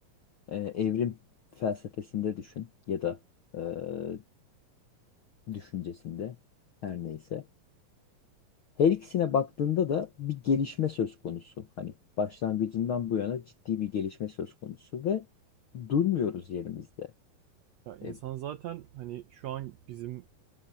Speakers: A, on the left (about 75°); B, on the right (about 85°).
A: eee, evrim felsefesinde düşün ya da eee, düşüncesinde her neyse. Her ikisine baktığında da bir gelişme söz konusu. Hani başlangıcından bu yana ciddi bir gelişme söz konusu ve durmuyoruz yerimizde.
B: Ya insan
A: E,
B: zaten hani şu an bizim